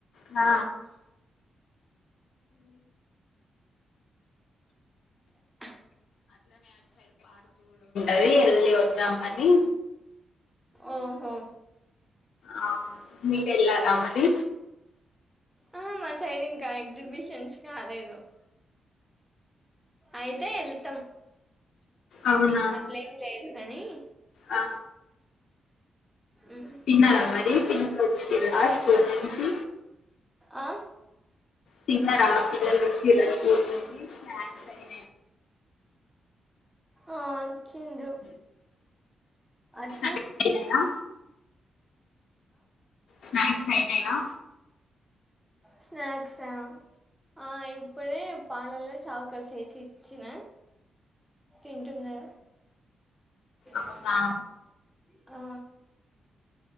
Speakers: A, on the left; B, in the centre.
A: ఆ
B: అ
A: ఎల్లి ఎళ్ళి వొద్దాం అని
B: ఓహో
A: ఆ మీరు ఎలారా మరి
B: ఆహా మా సైడ్ ఇంకా ఎగ్జిబిషన్స్ కాలేదు <inaudible> అయితే వెళ్తాం
A: అవునా
B: అట్లేం లేదు నని
A: ఆ
B: ఉమ్
A: తిన్నార మరి ఆ స్కూల్ నుంచి
B: ఆ
A: తిన్నరా పిల్లలు వచ్చిర్ర స్కూల్ ఈరోజు స్నాక్స్ అయి
B: ఆ అం వచ్చిందు అచ్చి
A: స్నాక్స్ అయినాయా స్నాక్స్ అయిన యిగా
B: స్నాక్స ఆ ఇప్పుడే పాలల్లో చాకోస్ వేసి ఇచ్చిన తింటున్నారు
A: అవునా
B: <inaudible> ఆ